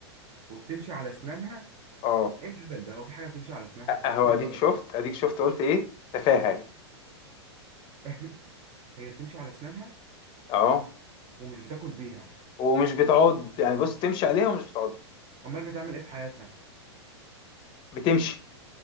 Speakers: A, on the right (about 40°); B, on the left (about 35°).
A: وبتمشي على اسنانها
B: اه
A: ايه الهبل ده هو في حاجه بتمشي على اسنانها
B: اهو
A: ايه
B: اديك
A: القرف
B: شفت
A: ده
B: اديك شفت قلت ايه تفاهه يعني
A: <laughs> هي بتمشي على اسنانها
B: اهو
A: ومش بتاكل بيها
B: ومش بتعض يعني بص تمشي عليها ومش بتعض
A: امال بتعمل ايه في حياتها
B: بتمشي